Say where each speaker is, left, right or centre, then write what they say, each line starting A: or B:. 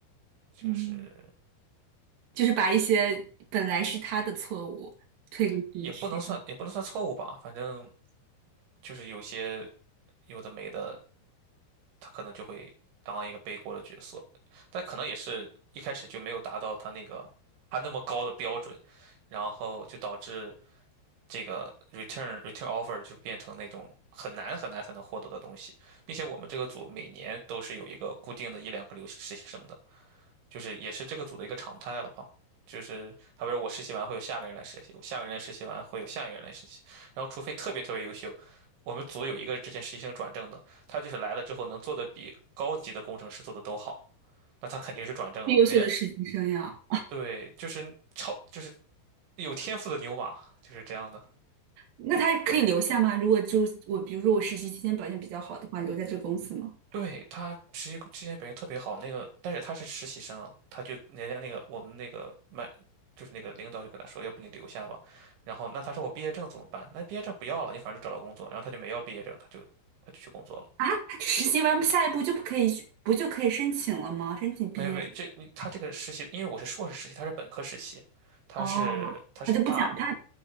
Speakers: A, on the right; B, on the right.
A: 就是
B: 嗯，就是把一些本来是他的错误推给你的实习，
A: 也不能算也不能算错误吧，反正就是有些有的没的。他可能就会当一个背锅的角色，但可能也是一开始就没有达到他那个他那么高的标准，然后就导致这个 return return offer 就变成那种很难很难才能获得的东西，并且我们这个组每年都是有一个固定的一两个留实习生的。就是也是这个组的一个常态了吧。就是他比如我实习完会有下个人来实习，我下个人来实习完会有下一个人来实习，然后除非特别特别优秀，我们组有一个之前实习生转正的，他就是来了之后能做的比高级的工程师做的都好，那他肯定是转正了。
B: 最优秀的实习生呀。
A: 人家对，就是超就是有天赋的牛马就是这样的。
B: 那他可以留下吗？如果就是我，比如说我实习期间表现比较好的话，留在这个公司呢？
A: 对，他实习之前表现特别好，那个，但是他是实习生啊他就人家那个我们那个麦，就是那个领导就跟他说，要不你留下吧。然后那他说我毕业证怎么办？那毕业证不要了，你反正都找到工作。然后他就没要毕业证，他就他就去工作了。
B: 啊，他实习完下一步就不可以，不就可以申请了吗？申请毕业什么？
A: 没有没有，这你他这个实习，因为我是硕士实习，他是本科实习，他是他是大，
B: 哦，他就不想，他